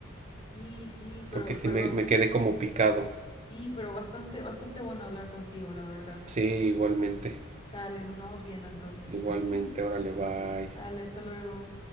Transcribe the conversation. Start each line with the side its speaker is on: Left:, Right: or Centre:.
Left: Sí, sí, pero,
Right: Porque sí
Left: pero,
Right: me, me quedé como picado.
Left: sí, pero bastante, bastante bueno hablar contigo, la verdad.
Right: Sí, igualmente.
Left: Sale, nos vamos viendo entonces.
Right: Igualmente,
Left: <laughs>
Right: órale, bye.
Left: Sale, hasta luego.